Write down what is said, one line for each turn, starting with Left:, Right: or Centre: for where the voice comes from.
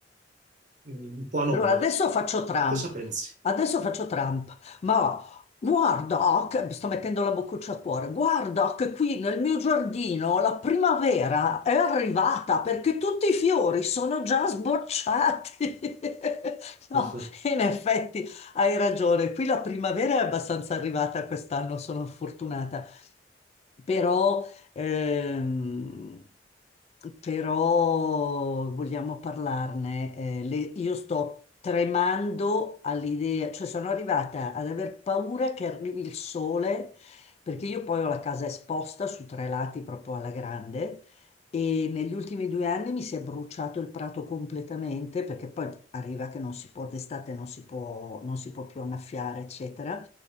Right: mm, un po' anomala.
Left: Allora, adesso faccio Trump,
Right: Cosa pensi?
Left: adesso faccio Trump, ma guarda, che, mi sto mettendo la boccuccia a cuore, guarda che qui nel mio giardino la primavera è arrivata perché tutti i fiori sono già sbocciati. <laughs>
Right: <laughs>
Left: No, in effetti hai ragione, qui la primavera è abbastanza arrivata quest'anno, sono fortunata. Però Ehm, però vogliamo parlarne. eh, le- io sto tremando all'idea, cioè sono arrivata ad aver paura che arrivi il sole, perché io poi ho la casa esposta su tre lati proprio alla grande. E negli ultimi due anni mi si è bruciato il prato completamente perché poi arriva che non si può, d'estate non si può, non si può più annaffiare, eccetera